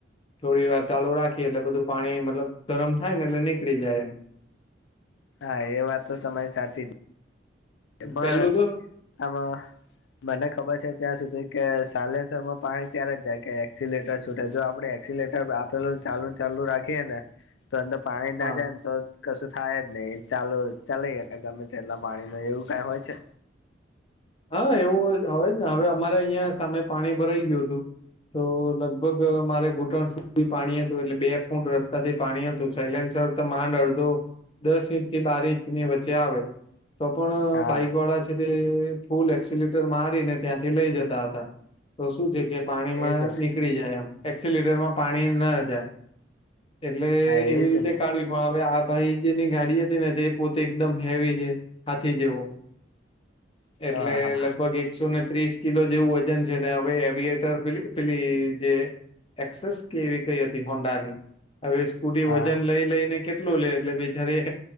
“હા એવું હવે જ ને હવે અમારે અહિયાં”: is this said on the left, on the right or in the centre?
Left